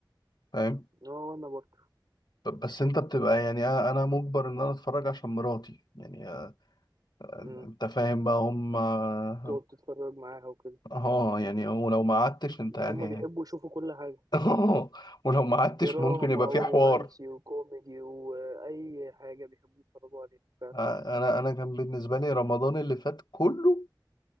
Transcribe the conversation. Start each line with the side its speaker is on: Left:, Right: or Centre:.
Left: فاهم
Right: آه، وانا برضه
Left: ب- بس انت بتبقى يعني انا أنا مجبر ان انا اتفرج عشان مراتي يعني آه،
Right: مم.
Left: انت فاهم بقى هم اه
Right: تقعد تتفرج معاها وكده
Left: آه، يعني ولو ما قعدتش انت يعني
Right: هما بيحبوا يشوفوا كل حاجة
Left: اه ولو ما قعدتش
Right: دراما
Left: ممكن يبقى في
Right: ورومانسي
Left: حوار
Right: وكوميدي وأي حاجة بيحبوا يتفرجوا عليها فعلا
Left: آه، انا انا كان بالنسبه لي رمضان اللي فات كله